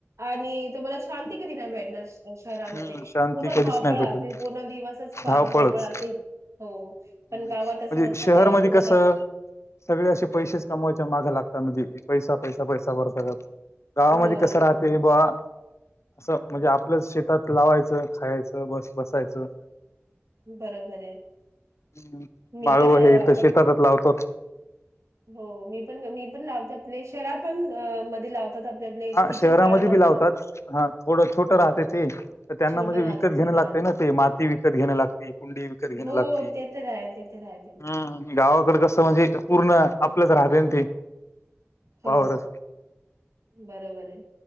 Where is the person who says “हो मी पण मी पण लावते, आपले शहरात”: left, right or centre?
Right